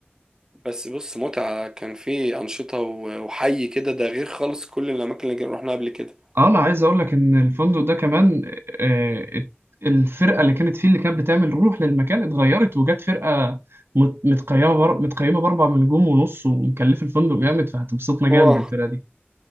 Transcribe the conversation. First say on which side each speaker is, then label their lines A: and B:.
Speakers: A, on the right; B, on the right.
A: بس بص متعة كان في أنشطة و- وحي كده ده غير خالص كل الأماكن اللي رحنا قبل كده
B: آه، انا عايز اقول لك ان الفندق ده كمان آه، ات- الفرقه اللي كانت فيه اللي كانت بتعمل روح للمكان اتغيرت وجت فرقه مت- متقيمه بر... متقيمه باربع نجوم ونص ومكلفه الفندق جامد فهتبسطنا جامد
A: واه
B: الفرقه دي